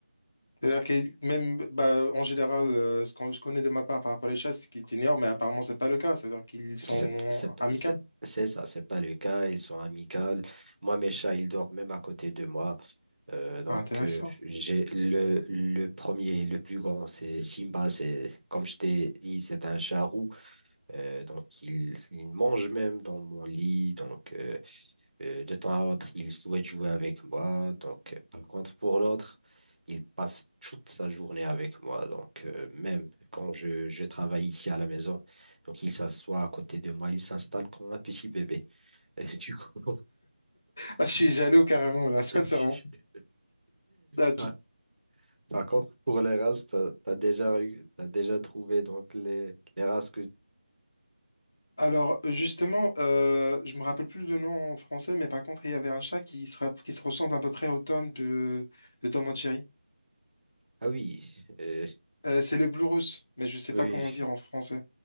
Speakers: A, on the left; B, on the right.
A: C'est-à-dire que même bah, en général, euh, ce que je connais de ma part par rapport à les chats, c'est qu'ils t'ignorent, mais apparemment, c'est pas le cas. C'est-à-dire qu'ils sont
B: C'est c'est-
A: amicales
B: c'est- c'est ça, c'est pas le cas, ils sont amicaux. Moi, mes chats, ils dorment même à côté de moi. Euh, donc,
A: Ah, intéressant.
B: euh, j'ai le, le premier, le plus grand, c'est Simba. C'est, comme je t'ai dit, c'est un chat roux. Euh, donc, il, il mange même dans mon lit. Donc, euh, Euh, de temps à autre, il souhaite jouer avec moi. Donc, euh, par contre, pour l'autre, il passe toute sa journée avec moi. Donc, euh, même quand je, je travaille ici à la maison, donc il s'assoit à côté de moi, il s'installe comme un petit bébé. <laughs> Et du coup,
A: Ah, je suis jaloux carrément, là, <laughs> sincèrement.
B: <laughs>
A: Ah, tu-
B: par, par contre, pour les races, tu as, déjà, eu- t'as déjà trouvé donc les, les races que...
A: Alors, justement, euh, je me rappelle plus le nom en français, mais par contre, il y avait un chat qui se, rapp- qui se ressemble à peu près au Tom de, de Tom and Jerry.
B: Ah oui, euh,
A: Euh, c'est le Blue Russe, mais je sais
B: oui,
A: pas comment le dire en français.